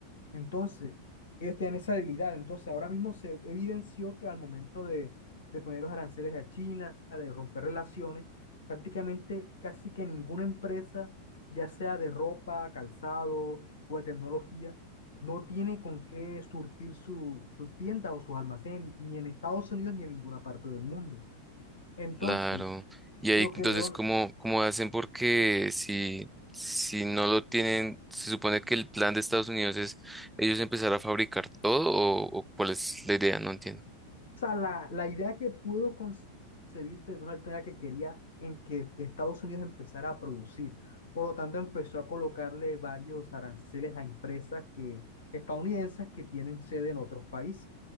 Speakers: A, on the left (about 60°); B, in the centre.
A: Entonces, ellos tienen esa debilidad. Entonces, ahora mismo se evidenció que al momento de, de poner los aranceles a China, de romper relaciones, prácticamente casi que ninguna empresa, ya sea de ropa, calzado o de tecnología, no tiene con qué surtir su, sus tiendas o sus almacenes, ni en Estados Unidos ni en ninguna parte del mundo. Entonces,
B: Claro. Y ahí
A: lo que
B: entonces,
A: Don-
B: ¿cómo, cómo hacen? Porque si, si no lo tienen, se supone que el plan de Estados Unidos es ellos empezar a fabricar todo o, o cuál es la idea, no entiendo.
A: O sea, la, la idea que pudo concebirte de Donald Trump era que quería en que Estados Unidos empezara a producir. Por lo tanto, empezó a colocarle varios aranceles a empresas que, estadounidenses que tienen sede en otros países